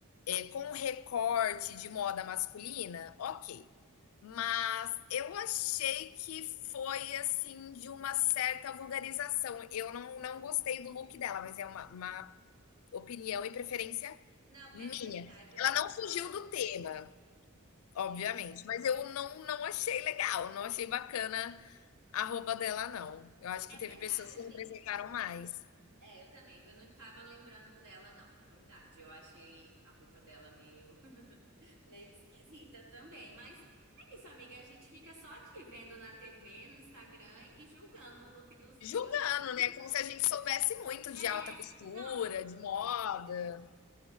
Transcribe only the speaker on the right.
Não,
é verdade, eu
concordo.
É,
é
verdade,
assim.
É, eu também. Eu não tava lembrando dela, não. É verdade. Eu achei a roupa dela meio, <laughs> meio esquisita também. Mas é isso, amiga. A gente fica só aqui vendo na TV, no Instagram e julgando o look dos milionários.
É,
não,